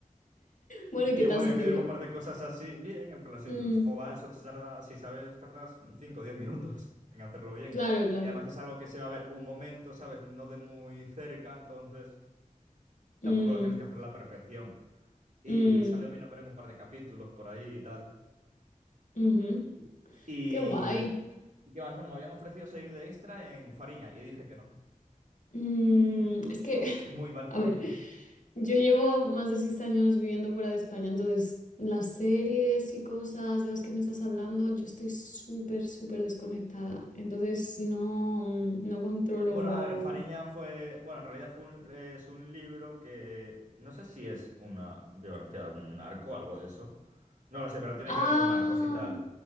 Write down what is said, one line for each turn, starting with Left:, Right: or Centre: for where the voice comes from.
Left: Bueno, ¿y
Right: Y
Left: qué tal
Right: bueno,
Left: se
Right: me
Left: te
Right: pidieron
Left: dio?
Right: compartir cosas así, bien, en plan, si
Left: Mm,
Right: el jova, eso se tarda, si sabes, tardas 5, o 10 minutos <laughs> en hacerlo bien.
Left: claro, claro.
Right: Y además es algo que se va a ver un momento, ¿sabes? No de muy cerca, entonces
Left: Mm,
Right: tampoco lo tienes que hacer a la perfección. Y
Left: mm,
Right: salió mi nombre en un par de capítulos por ahí y tal.
Left: ujú.
Right: Y...
Left: Qué guay.
Right: ¿Y qué más? Bueno, me habían ofrecido salir de extra en Fariña y dije que no.
Left: Mm, es que,
Right: <laughs>
Left: <laughs>
Right: Muy mal
Left: a
Right: por
Left: ver,
Right: mí.
Left: yo llevo más de seis años viviendo fuera de España, entonces las series y cosas de las que me estás hablando, yo estoy súper, súper desconectada. Entonces no, mm, no controlo.
Right: Bueno, a ver, Fariña fue, bueno, en realidad fue un, eh, es un libro que no sé si es una biografía de algún narco, algo de eso. No lo sé, pero tiene
Left: Ah,
Right: que ver con narcos y tal.